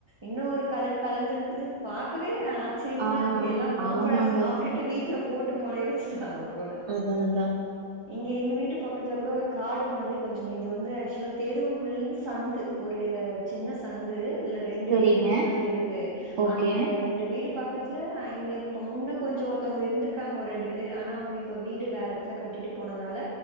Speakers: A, on the right; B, on the right.
A: இன்னொரு கலரு கலந்திருக்குது பாக்கவே ஆச்சிரியமா
B: ஆ
A: இருக்கு எல்லா மாம்பழோ
B: ஆமாங்க
A: சாப்டுட்டு வீட்டுல போட்டு முளைய வச்சுட்டாங்க போல
B: அத அத
A: இங்க எங்க வீட்டுப் பக் த்ல கூட ஒரு காடு மாதிரி கொஞ்சோ இது வந்து ஆக்சுவலா தெருவில்ந்து சந்து ஒரு சின்ன சந்து இதுல ரெண்டு
B: சரிங்க
A: வீடு மட்டு தா இருக்கு
B: ஓகே
A: அந்த ரெண்டு வீடு பக்கத்துல ஆ இங்க இப்ப முன்ன கொஞ்சோ ஒருத்தவுங்க இருந்திருக்காங்க ஒரு ரெண்டு பேரு ஆனா அவுங்க இப்ப வீடு வேற துல கட்டிட்டு போனதுனால